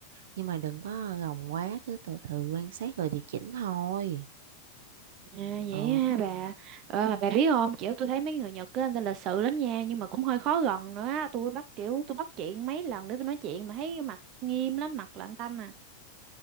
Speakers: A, on the right; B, on the right.
A: nhưng mà đừng có gồng quá cứ từ từ quan sát rồi điều chỉnh thôi
B: À, vậy
A: ờ
B: ha bà. Ờ, mà bà biết không, kiểu tôi thấy mấy người Nhật á, người ta lịch sự lắm nha, nhưng mà cũng hơi khó gần nữa á. Tôi bắt kiểu tôi bắt chuyện mấy lần để tôi nói chuyện mà thấy mặt nghiêm lắm, mặt lạnh tanh à.